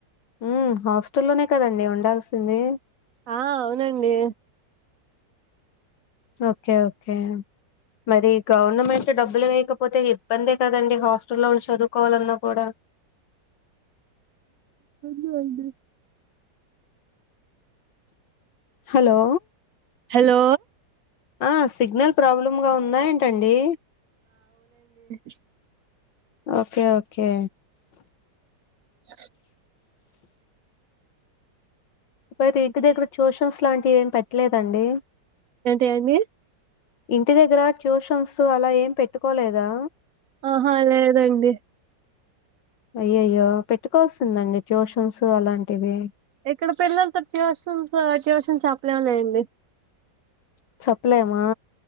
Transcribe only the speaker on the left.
ఉ హాస్టల్లోనే కదండి ఉండాల్సింది
ఓకే ఓకే మరి గవర్నమెంట్ డబ్బులు వేయకపోతే ఇబ్బందే కదండి హాస్టల్లో ఉండి చదువుకోవాలన్నా కూడా
హలో
ఆ సిగ్నల్ ప్రాబ్లమ్ గా ఉందా ఏంటండి
ఓకే ఓకే
ఒకైతే ఇంటి దగ్గర ట్యూషన్స్ లాంటివివేమి పెట్టలేదండి
ఇంటి దగ్గర ట్యూషన్స్ అలా ఏం పెట్టుకోలేదా
అయ్యయ్యో పెట్టుకోవాల్సిందండి ట్యూషన్స్ అలాంటివి
ప్పు పప్లవా